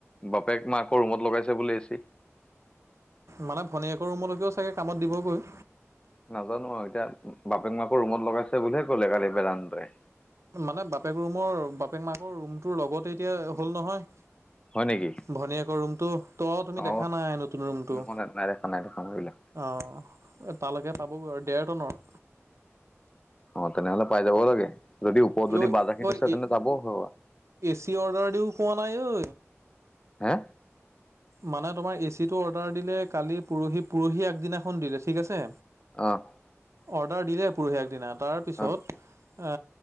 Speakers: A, on the left; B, on the right.
A: বাপেক মাকৌ ৰুমত লগাইছে বুলি এছি
B: মানে ভনীয়েকৰ ৰুমলৈকেও চাগৈ কামত দিবগৈ
A: নাজানো এতিয়া বাপেক মাকো ৰুমত লগাইছে বুলিহে কলে কালি বেলানাই
B: মানে বাপেক ৰুমৰ বাপেক মাকৰ ৰুমটোৰ লগতে এতিয়া হ'ল নহয়
A: হয় নেকি
B: ভনীয়েকৰ ৰুমটো ত তুমি
A: অ
B: দেখা নাই নতুন ৰুমটো
A: মই নাই দেখা নাই দেখা মই এইবিলাক
B: অঁ তালৈকে পাবগৈ আৰু ডেৰ টনৰ
A: অ তেনেহলে পাই যাবও লাগে যদি ওপৰত যদি
B: ঐ
A: বাজাৰখিনি আছে তেন্তে
B: ঐ
A: যাবও হয় আৰু
B: এ চি অৰ্ডাৰ দিও কোৱা নাই ঐ
A: হা
B: মানে তোমাৰ এচিটো অৰ্ডাৰ দিলে কালি পৰহি পৰহি আগদিনাখন দিলে ঠিক আছে
A: অ <unintelligible>
B: অৰ্ডাৰ দিলে পঢহি আ দিনা তাৰপিছত
A: অ
B: এ